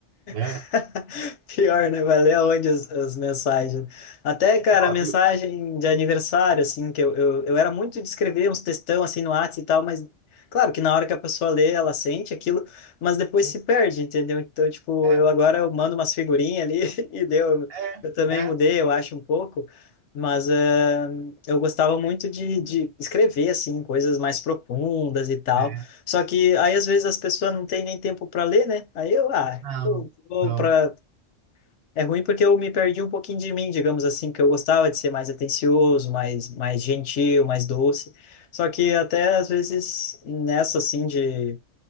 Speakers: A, on the right; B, on the left.
A: né?
B: <laughs> Pior, né? Vai ler aonde as, as mensagens. Até, cara,
A: Ó,
B: a mensagem
A: eu-
B: de aniversário, assim, que eu, eu, eu era muito de escrever uns textão, assim, no WhatsApp e tal, mas claro que na hora que a pessoa lê, ela sente aquilo, mas depois
A: sim,
B: se perde, entendeu? Então, tipo,
A: é,
B: eu agora eu mando umas figurinhas ali <laughs> e deu.
A: é,
B: Eu também
A: é,
B: mudei, eu acho, um pouco, mas eh, eu gostava muito de, de escrever, assim, coisas mais profundas e tal.
A: é,
B: Só que aí às vezes as pessoas não têm nem tempo para ler, né? Aí eu, ah,
A: não,
B: eu vou
A: não.
B: para é ruim porque eu me perdi um pouquinho de mim, digamos assim, porque eu gostava de ser mais atencioso, mais mais gentil, mais doce. Só que até às vezes nessa assim de,